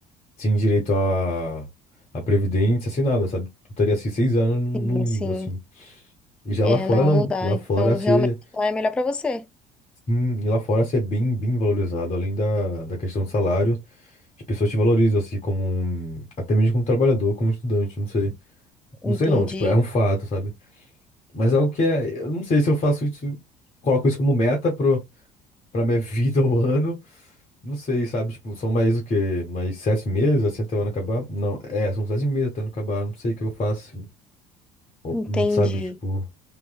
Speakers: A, on the left (about 30°); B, in the centre.
A: sem direito a, a previdência, sem nada, sabe? Tu teria assim, seis anos num,
B: sim,
A: num limbo,
B: sim.
A: assim. E já
B: É,
A: lá fora
B: não,
A: não,
B: não dá.
A: lá
B: Então,
A: fora você,
B: realmente lá é melhor pra você.
A: sim, e lá fora você é bem, bem valorizado, além da, da questão do salário, as pessoas te valorizam, assim, como um- Até mesmo como trabalhador, como estudante, não sei. Não
B: Entendi,
A: sei não, tipo, é um fato, sabe? Mas é o que é... Eu não sei se eu faço isso... Coloco isso como meta pro... pra minha <laughs> vida ou ano. Não sei, sabe? Tipo, são mais o quê? Mais sete meses, assim, até o ano acabar? Não, é, são sete meses até o ano acabar. Não sei o que eu faço. Ou,
B: entendi.
A: hum, Sabe, tipo...